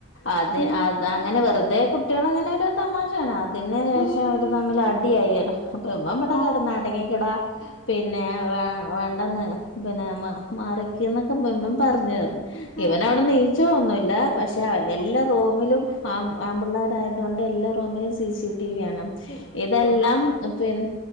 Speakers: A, on the left; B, on the left.
A: അത്
B: ഉം
A: അത് അങ്ങനെ വെറുതെ കുട്ട കുട്ട്യാളെ ഇങ്ങനെ ഒരു തമാശാണ് അതിന് ശേഷം
B: ഉം
A: പക്ഷെ അവര്
B: ഉം
A: തമ്മിൽ അടിയായിരുന്നു അപ്പൊ ഇവടെ
B: ഓ
A: കെടന്ന് അടങ്ങിക്കെടാ പിന്നെ വെ വേണ്ടെന്ന് പിന്നെ മാറിക്ക്‌ എന്നൊക്കെ ഇവൻ പറഞ്ഞ് പറഞ്ഞു
B: ഉം
A: ഇവൻ അവിടെന്ന്
B: ഉം
A: ണീച്ചതൊന്നും
B: ഉം
A: ഇല്ല പക്ഷെ എല്ലാ
B: സിസ്
A: റൂമിലും ആ ആൺപിള്ളേർ ആയതുകൊണ്ട് എല്ലാ റൂമിലും സിസിടിവി ആണ്
B: സി സി ടി
A: ഇതെല്ലാം
B: വി ഉണ്ടോ ആ
A: പിന്നെ